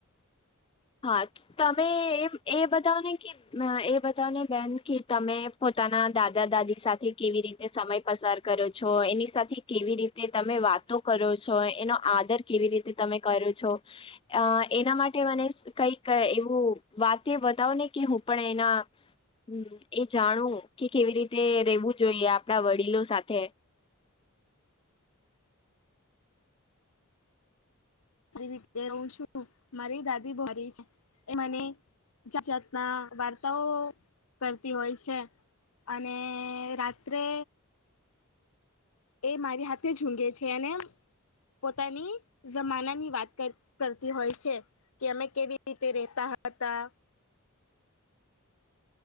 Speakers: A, on the left (about 25°); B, on the left (about 75°).
A: હા તમે એમ એ બતાવને કે એ બતાવને બેન કે તમે પોતાના દાદા દાદી સાથે કેવી રીતે સમય પસાર કરો છો એની સાથે કેવી રીતે તમે વાતો કરો છો એનો આદર કેવી રીતે તમે કરો છો અ એના માટે મને કઈક એવું વાતે બતાવ ને કે હું પણ એના હમ એ જાણું કે કેવી રીતે રેવું જોઈએ આપડા વડીલો સાથે
B: સારી રીતે હું છું મારી દાદી બોરી છે એ મને જાત જાતના વાર્તાઓ કરતી હોય છે. અને રાત્રે એ મારી હાથે ઝુંઘે છે અને પોતાની જમાનાની વાત કર કરતી હોય છે. કે અમે કેવી રીતે રેતા હતા